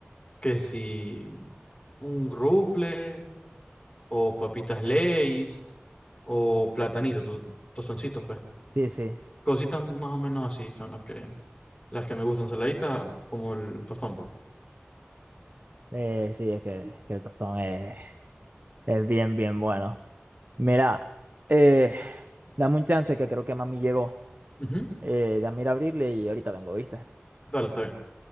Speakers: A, on the left (about 25°); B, on the right (about 45°).
A: que si un rufle o papitas Lay's o platanitos, tos- tostoncitos, pues.
B: Sí, sí.
A: Cositas más o menos así son las que, las que me gustan, saladitas como el tostón, pues.
B: Eh, sí, es que, es que el tostón es, es bien, bien bueno. Mira, eh, dame un chance que creo que mami llegó.
A: Ujú.
B: Eh, dame ir a abrirle y ahorita vengo, ¿viste?
A: Dale, está bien.